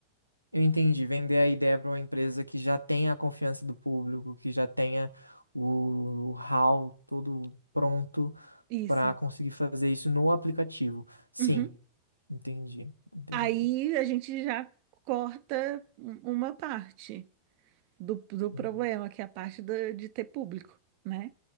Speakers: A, on the left; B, on the right.
A: Eu entendi. Vender a ideia para uma empresa que já tenha a confiança do público, que já tenha o how todo pronto
B: Isso.
A: para conseguir fazer isso no aplicativo. Sim,
B: Uhum.
A: entendi, entendi.
B: Aí a gente já corta um- uma parte. do, do problema,
A: Hum.
B: que é a parte do- de ter público, né?